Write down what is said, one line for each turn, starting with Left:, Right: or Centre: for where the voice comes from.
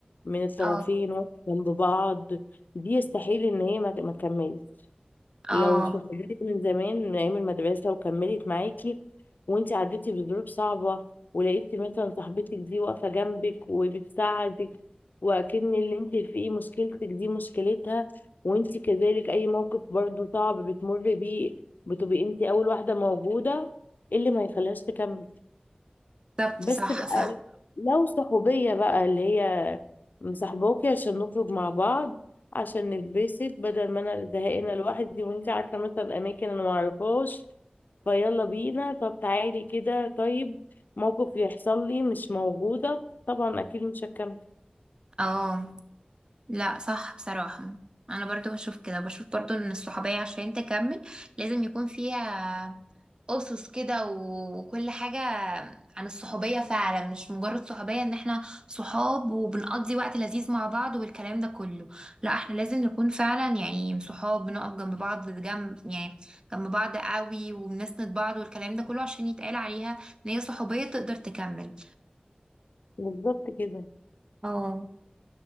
Left: من الطرفين
Right: اه
Left: جنب بعض دي يستحيل ان هي ما ما تكملش
Right: اه
Left: لو صحبتك من زمان من ايام المدرسه وكملت معاكي وانت عديتي بظروف صعبه ولقيتي مثلا صاحبتك دي واقفه جنبك وبتساعدك واكن اللي انت فيه مشكلتك دي مشكلتها وانت كذلك اي موقف برضو صعب بتمر بيه بتبقي انت اول واحده موجوده إيه اللي ما يخليهاش تكمل
Right: بالظبط
Left: بس
Right: صح
Left: بقى
Right: صح
Left: لو صحوبية بقى اللي هي مصاحباكي عشان نخرج مع بعض عشان نتبسط بدل ما انا زهقانة لوحدي وانت عارفة مثلا اماكن انا معرفهاش فيلا بينا طب تعالي كده طيب موقف يحصل لي مش موجودة طبعا اكيد مش هكمل
Right: اه لا صح بصراحة انا برضو بشوف كده بشوف برضو ان الصحوبية عشان تكمل لازم يكون فيها أسس كده وكل حاجة عن الصحوبية فعلا مش مجرد صحوبية ان احنا صحاب وبنقضي وقت لذيذ مع بعض والكلام ده كله لا احنا لازم نكون فعلا يعني صحاب بنقف جنب بعض جنب يعني جنب بعض قوي وبنسند بعض والكلام ده كله عشان يتقال عليها ان هي صحوبية تقدر تكمل
Left: بالظبط كده
Right: اه